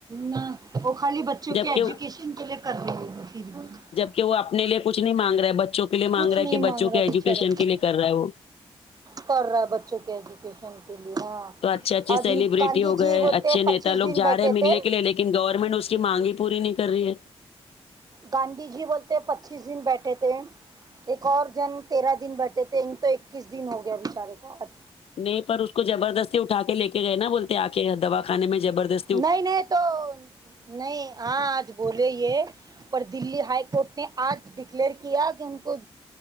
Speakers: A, on the right (about 35°); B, on the left (about 60°).
A: نہ وہ خالی بچوں
B: جبکہ
A: کے ایجوکیشن کے لیے کر رہی ہے <unintelligible>
B: کے وہ اپنے لیے کچھ نہیں مانگ رہا ہے بچوں کے لیے
A: کچھ
B: مانگ رہا
A: نہیں
B: ہے کے بچوں
A: مانگ
B: کے
A: رہا
B: ایجوکیشن
A: بچارا
B: کے لیے کر رہا ہے وہ
A: کر رہا ہے بچوں کے ایجوکیشن کے لیے ہاں
B: تو اچھے اچھے
A: آج
B: سیلیبرٹی
A: گاندھی
B: ہو گئے
A: جی بولتے
B: اچھے
A: پچیس
B: نیتا لوگ
A: دن
B: جارے
A: بیٹھے
B: ملنے
A: تھے
B: کے لیے لیکن گورنمنٹ اس کی مانگ ہی پوری نہیں کر رہی ہے
A: گاندھی جی بولتے پچیس دن بیٹھے تھے ایک اور جن تیرہ دن بیٹھے تھے ان تو اکیس دن ہو گیا بیچارے کو آج
B: نہیں پر اس کو جبردستی اٹھا کے لے کے گئے نا بولتے آ کے دوا کھانے میں جبردست
A: نہیں نہیں تو نہیں آج بولے یہ پر دلی ہائی کورٹ نے آج ڈکلیئر کیا کی ان کو